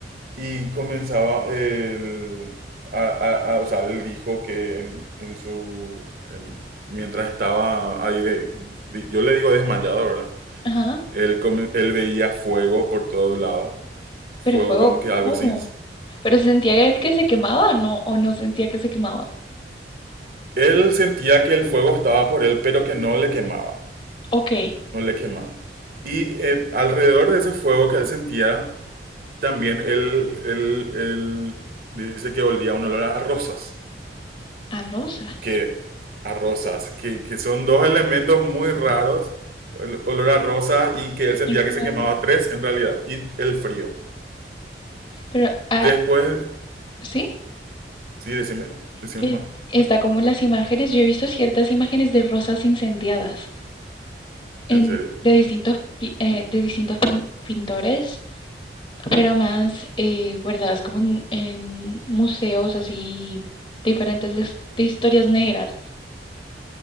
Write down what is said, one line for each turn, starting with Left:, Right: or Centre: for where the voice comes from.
Right: Y comenzaba, el, a- a- a- o sea, él dijo que en, en su, en- mientras estaba ahí, de, de- yo le digo desmayado, ¿verdad?
Left: Ajá.
Right: Él, como- él veía fuego por todos lados, fuego
Left: Pero fuego,
Right: como que algo
Left: ¿cómo?
Right: sin...
Left: Pero se sentía él que se quemaba, ¿no? O no sentía que se quemaba.
Right: Él sentía que el fuego estaba por él, pero que no le quemaba,
Left: Ok,
Right: no le quemaba. Y eh, alrededor de ese fuego que él sentía, también él, él- él dice que olía un olor a rosas,
Left: a rosas
Right: que, a rosas, que, que son dos elementos muy raros, el olor a rosa y que él sentía
Left: y fuego.
Right: que se quemaba tres en realidad, y el frío.
Left: Pero, ah,
Right: Después,
Left: ¿sí?
Right: sí, decime, decime
Left: Que
Right: nomás,
Left: está como las imágenes. Yo he visto ciertas imágenes de rosas incendiadas en,
Right: en serio.
Left: de distintos, pi- eh, de distintos pin- pintores pero más eh, guardadas como en, en museos así diferentes de, de historias negras.